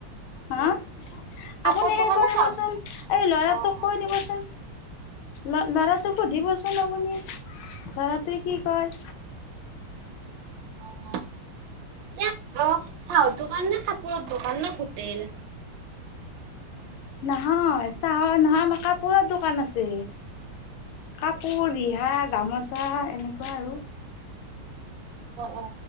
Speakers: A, on the left; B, on the right.
A: হা আপুনি
B: কাপোৰৰ দোকানে
A: হেই কৰিবচোন
B: চাওঁ।
A: এই ল'ৰাটোক
B: অ।
A: কৈ দিবচোন।
B: <unintelligible>
A: ল ল'ৰাটো সুধিবচুন আপুনি। তৰাতেই কি কয়।
B: অহ। এ চউত দোকান নে কাপোৰৰ দোকান ন সোটেল।
A: নহয় চাহৰ নহয় মাক কাপোৰ দোকান আছে। কাপোৰ ৰিহা গামোচা এনেকুৱা আৰু।
B: অ অ